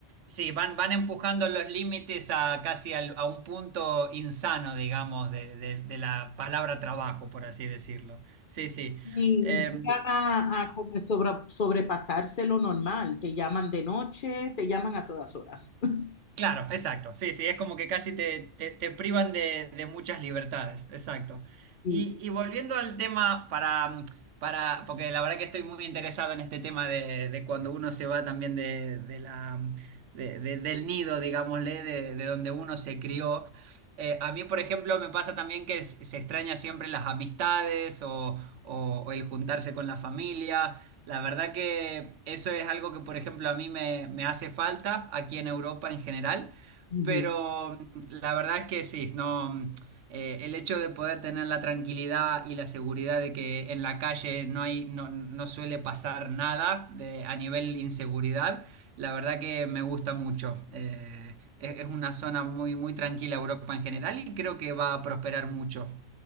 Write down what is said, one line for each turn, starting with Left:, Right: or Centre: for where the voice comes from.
Right: Sí, van, van empujando los límites a casi al- a un punto insano, digamos, de, de- de la palabra trabajo, por así decirlo. Sí, sí.
Left: Y
Right: Eh,
Left: llegan a, a como sobra- sobrepasarse lo normal. Te llaman de noche, te llaman a todas horas. <laughs>
Right: Claro, exacto. Sí, sí, es como que casi te, te- te privan de, de muchas libertades. Exacto.
Left: Sí,
Right: Y, y volviendo al tema para, para, porque la verdad que estoy muy interesado en este tema de, de cuando uno se va también de, de la, de- de- del nido, digámosle, de, de donde uno se crió. Eh, a mí, por ejemplo, me pasa también que se se extraña siempre las amistades o, o- o el juntarse con la familia. La verdad que eso es algo que, por ejemplo, a mí me, me hace falta aquí en Europa en general,
Left: ujú.
Right: pero mm, la verdad es que sí, no, mm, eh, el hecho de poder tener la tranquilidad y la seguridad de que en la calle no hay, no, no suele pasar nada de, a nivel inseguridad, la verdad que me gusta mucho. Eh, es, es una zona muy, muy tranquila Europa en general y creo que va a prosperar mucho.